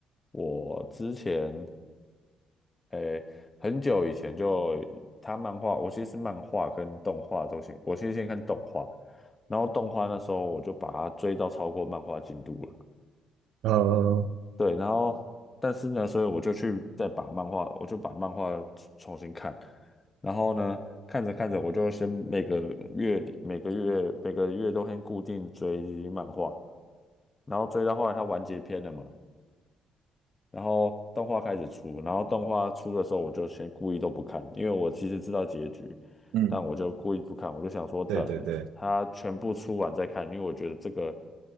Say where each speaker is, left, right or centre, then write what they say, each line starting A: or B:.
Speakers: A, on the left; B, on the right.
A: 我之前诶、很久以前就他漫画，我其实是漫画跟动画都先，我先先看动画，然后动画那时候我就把它追到超过漫画进度了。
B: 呃，
A: 对，然后但是呢，所以我就去再把漫画，我就把漫画重新看，然后呢，看着看着，我就先每个月里每个月每个月都先固定追漫画，然后追到后来它完结篇了嘛，然后动画开始出，然后动画出的时候，我就先故意都不看，因为我其实知道结局，
B: 嗯，
A: 但我就故意不看，我就想说等它全部出完再看，
B: 对对对
A: 因为我觉得这个